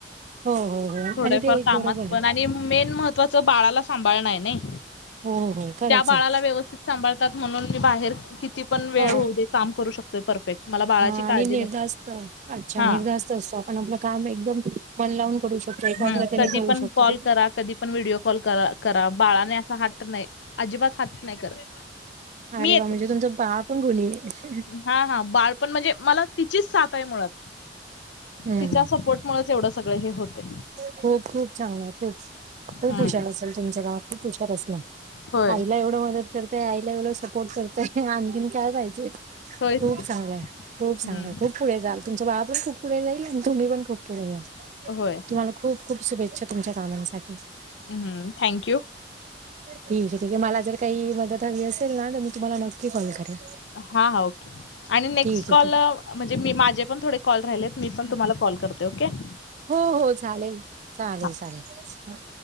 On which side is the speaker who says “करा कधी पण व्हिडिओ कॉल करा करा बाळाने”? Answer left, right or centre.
Left